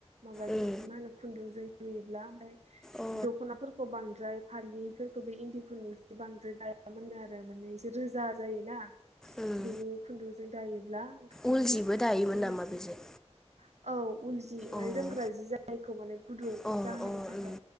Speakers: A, on the right; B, in the centre.
A: माजों
B: उम
A: मा होनो खुन्दुंजों। नुयोब्ला ओमफाय
B: अ
A: दखनाफोरखौ बांद्राय फालिफोरखौ बे इन्दि खुन्दुं जे बांद्राय दा यामोन नो आरो माने एसे रोजा जायोना
B: उम
A: बिनि खुन्दुजों दायो ब्ला ओंखायनो
B: उल जिबो दायोमोन
A: बिनिफ्राय
B: नामा बेजों
A: औ उल जि माने
B: अ
A: जोमग्रा जि जायखौ माने गुदुं
B: अ
A: जाहोनो थाखाय
B: उम